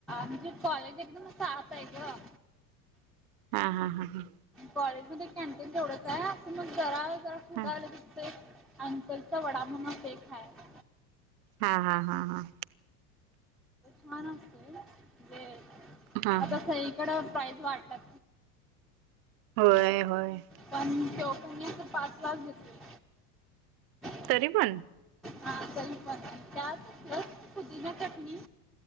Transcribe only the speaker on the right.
हा हा हा हा!
हा
हा हा हा हा!
हा
होय, होय!
तरी पण.